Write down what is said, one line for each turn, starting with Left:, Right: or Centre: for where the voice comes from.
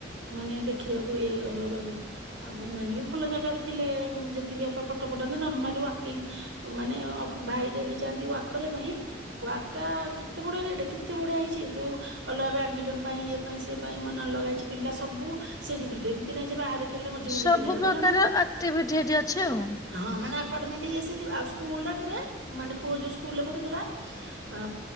Right: ମାନେ ଦେଖିବାକୁ ଏବାବାକୁ ଆଉ ଏମାନେବି ଭଲ ଜାଗାରେ ଥିଲେ ଯେତିକି ଅପା ଫଟୋ ପଠାନ୍ତି ନର୍ମାଲି ୱାକିଂଙ୍ଗ୍ ମାନେ ଅ ଭାଇ ଡେଲି ଯାଆନ୍ତି ୱାକ୍ କରିବା ପାଇଁ ୱାରଟା କେତେ ବଢିଆ ରେଟ୍ କେତେ ବଢିଆ ହେଇଚି ଏଦୋ ଅଲଗା ବ୍ୟାଡ୍ ମିଣ୍ଟନ୍ ପାଇଁ ଇଏ ପାଇଁ ସି ପାଇଁ ମନେ ଲଗ ହେଇଚି ପିଲା ସବୁ ସେଇଠି ଖେଳୁଥିବେ ଏମ୍ତି ନାହିଁଯେ ବାହାରେ ଖେଳିଲେ ମଝି
Left: ସବୁ
Right: ମଝି ଖେଳିଲେ ହେରା
Left: ପ୍ରକାର
Right: ତ କାରଣ
Left: ଆକ୍ଟିଭିଟି ଅଛି ଆଉ।
Right: ହଁ ମାନେ ଆପାର୍ଟମେଣ୍ଟ୍ ଏଇ ସିଏଥିବ ଆଉ ସ୍କୁଲ୍ ପାଖରେ ମାନେ ପୁଅ ଯୋଉ ସ୍କୁଲରେ ପଢୁଥିଲା ଅ